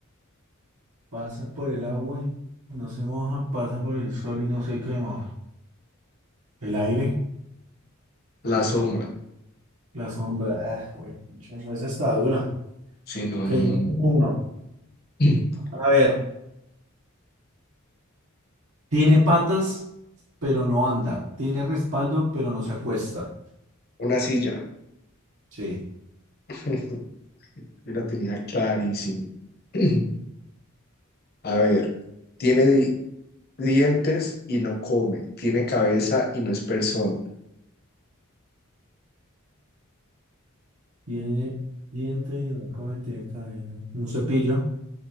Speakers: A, on the right; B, on the left.
A: Pasa por el agua y no se moja, pasa por el sol y no se quema. El aire.
B: La sombra.
A: La sombra, ah, güey, pucha, no, esa está dura.
B: Sí, no,
A: Seguimos
B: no, no.
A: con uno.
B: <clears throat>
A: A ver, tiene patas, pero no anda. Tiene respaldo, pero no se acuesta.
B: Una silla.
A: Sí.
B: <laughs> Yo la tenía clarísima. <clears throat> A ver, tiene, di- dientes y no come, tiene cabeza y no es persona.
A: Tiene dientes y no come, tiene cabeza. Un cepillo.